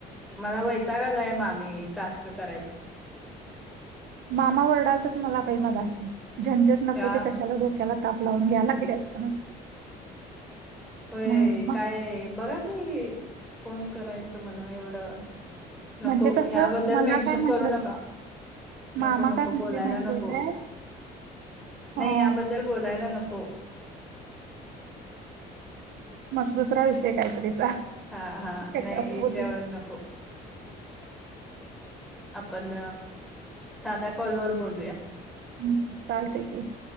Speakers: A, in the centre; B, on the right.
A: मला वैताग आलाय मामी टास्क करायचा.
B: मामा वरडालतत मला बाई मगाशी झंझट नको
A: का
B: ते कशाला? डो क्याला ताप लावून घ्याय लागलियास म्हणून.
A: होय
B: मम्मा
A: काय बघा की, फोन करायचं म्हणा एवढं नको
B: म्हणजे कसं
A: याबद्दल
B: मला
A: मेन्शन
B: काय म्हंटलं
A: करू नका.
B: मामा
A: नको नको
B: काय म्हटले
A: बोलायला
B: माहितीये
A: नको
B: काय
A: <inaudible> नाही
B: अ
A: याबद्दल बोलायला नको.
B: मग दुसरा विषय कायतरी सांग?
A: हा हा
B: कशावर
A: नाही इच्यावरर
B: बोलू
A: नको आपण साध कॉल वर बोलूया
B: हम्म चालतेय की